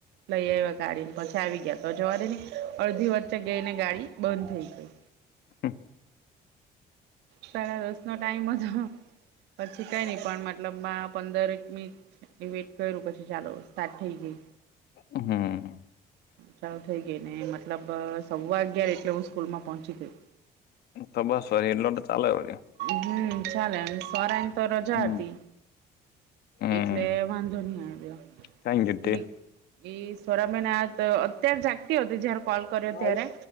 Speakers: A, on the right; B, on the left.
A: લઈ આવ્યા ગાડી ને પછી આવી ગયા તો જવાદે ને અડધી વચ્ચે ગઈને ગાડી બંધ થઈ ગઈ
B: હમ
A: સાડા દસ ના ટાઈમ હતો. પછી કઈ નઈ પણ મતલબમાં પંદર એક મિનિટ વેટ કર્યું પછી ચાલો સ્ટાર્ટ થઈ ગઈ
B: હમ
A: ચાલુ થઇ ગઈ ને મતલબ સવા અગયાર એટલે હું સ્કૂલ માં પોહોંચી ગઈ
B: તો બસ વળી એલો ચાલે હો
A: હમ ચાલે એ સવ્ર‌રા ની તો રજા
B: હમ
A: હતી
B: હમ
A: એટલે વાંધો નહી આવ્યો
B: કઈ
A: હું
B: ગીતે
A: નીકળી એ થોડા મહિના અ અત્યારે જાગતી હતી જયારે કોલ કર્યો
B: હમ
A: ત્યારે